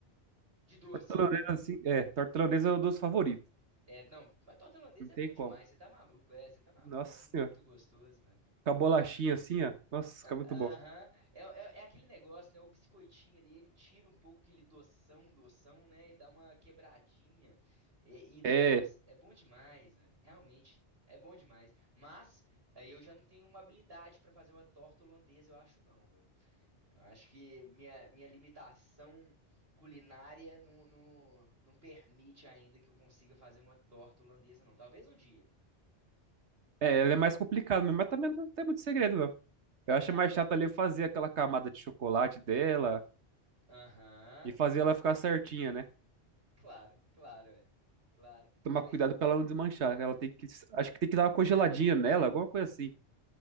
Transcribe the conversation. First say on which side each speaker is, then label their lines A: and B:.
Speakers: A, on the right (about 60°); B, on the right (about 75°).
A: De doce.
B: Torta holandesa, assim, é, torta holandesa
A: Aham.
B: é o doce favorito.
A: É, não, mas torta holandesa
B: Não tem
A: é bom demais,
B: como.
A: você tá maluco, é, você tá maluco,
B: Nossa
A: é muito
B: senhora.
A: gostoso, velho.
B: Com a bolachinha assim, ó. Nossa,
A: Ah,
B: fica muito
A: Aham,
B: bom.
A: É, é, é aquele negócio, né, o biscoitinho ali, ele tira um pouco aquele doção, doção, né, ele dá uma quebradinha, e, e, nossa,
B: É,
A: é bom demais, mano, realmente, é bom demais, mas aí eu já não tenho uma habilidade pra fazer uma torta holandesa, eu acho não, mano. Eu acho que minha, minha limitação culinária não, não, não permite ainda que eu consiga fazer uma torta holandesa, não. Talvez um dia.
B: é, ela é mais complicada mesmo, mas também não tem muito segredo, não.
A: É
B: Eu acho
A: mesmo?
B: mais chato ali fazer aquela camada de chocolate dela
A: Aham,
B: e fazer ela ficar certinha, né?
A: claro, claro, é, claro.
B: Tomar
A: Mas
B: cuidado pra ela não desmanchar. Ela tem que, acho que tem que dar uma congeladinha nela, alguma coisa assim.